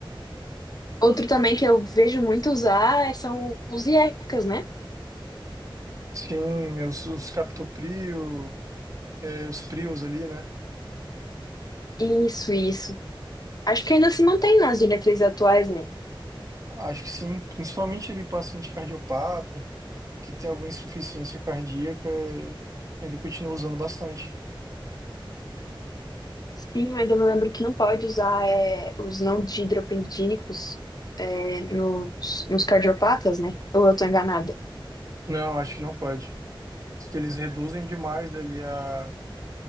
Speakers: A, on the left (about 45°); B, on the right (about 40°).
A: Outro também que eu vejo muito usar são os IECAs, né?
B: Sim, é os, os captoprio, é, os prios ali, né?
A: Isso, isso. Acho que ainda se mantém nas diretrizes atuais, né?
B: Acho que sim. Principalmente ele paciente cardiopata, que tem alguma insuficiência cardíaca, é, ainda continua usando bastante.
A: Sim, mas eu me lembro que não pode usar é, os não didropendídicos é, nos, nos cardiopatas, né? Ou eu tô enganada?
B: Não, acho que não pode. Porque Eles reduzem demais ali a,